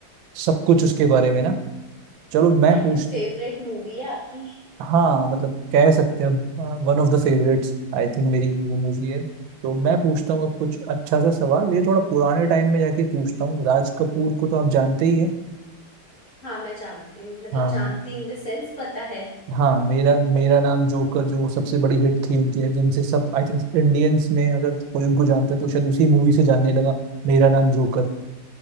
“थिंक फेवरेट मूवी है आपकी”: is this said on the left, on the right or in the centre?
Left